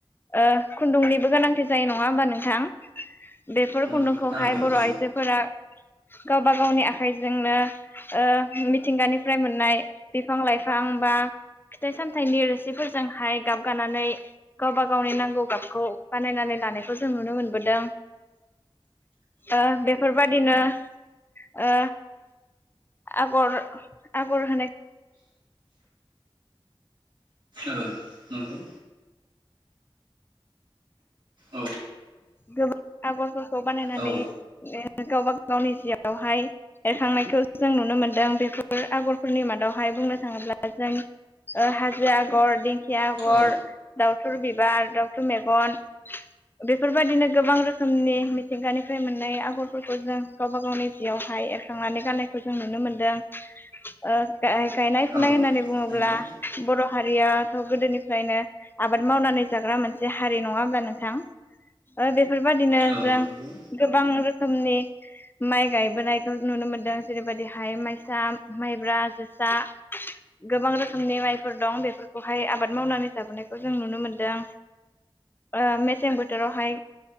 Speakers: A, on the left; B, on the right.
A: ओ खुन्दुंनिबो गोनांथि जायो नङा होमबा नों। नोंथां बे। बेफोर
B: नंगौ
A: खुन्दुंखौहाय
B: नांगौ
A: बर
B: औ
A: आइजोफोरा। गावबा गावनि आखाइजोंनो ओ मिथिंगानिफ्राय मोननाय बिफां लाइफां बा फिथाइ सामथाइनि रोसिफोरजोंहाय गाब गानानै गावबा गावनि नांगौ गाबखौ बानायनानै लानायखौ जों। जों नुनो मोनबोदों ओ बेफोरबायदिनो ओ‌ आगर-आगर होनाय।
B: ओ नोंगौ। औ
A: गोबां आगरफोरखौ बानायनानै
B: औ
A: गावबा गावनि जिआवहाय एरखांनायखौ जों नुनो मोनदों बेफोर आगरफोरनि मादावहाय बुंनो थाङोब्ला ओ‌ जों हाजो आगर दिंखिया आगर
B: औ
A: दाउथुर बिबार दाउथुर मेगन। बेफोरबायदिनो गोबां रोखोमनि मिथिंगानिफ्राय मोननाय आगरफोरखौ जों गावबा गावनि जिआवहाय एरसखांनानै गाननायखौ जों नुनो मोनदों। गायनाय फुनाय
B: औ
A: होननानै बुङोब्ला।
B: नंगौ
A: बर हारियाथ गोदोनिफ्रायनो आबाद मावनानै जाग्रा मोनसे हारि नंङा होनबा नोंथां। ओ बेस। बेफोरबायाददिनो
B: औ नंगौ
A: जों गोबां रोखोम। रोखोमनि माइ गायबोनायखौ नुनो मोनदों जेरैबायदिहाय माइसा, माइब्रा, जोसा गोबां रोखोमनि माइफोर दं बेफोरखौहाय आबाद मावनानै जाबोनायखौ जों नुनो मोनदों। ओ मेसेें बोद। देरावहाय।